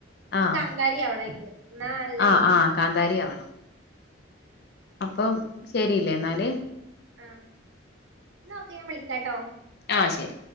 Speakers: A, on the right; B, on the left.
A: അഹ്
B: ആഹ്
A: കാന്താരിയാവണം അയ്ക്ക് ന്നാ നല്ല
B: ആഹ്
A: ടെസ്റ്റാ
B: ആഹ് കാന്താരി ആവണം അപ്പം ശരിയിലെ ഇന്നാൽ
A: ആ ന്നാ ഓക്കെ ഞാൻ വിളിക്കാട്ടോ
B: ആഹ് ശരി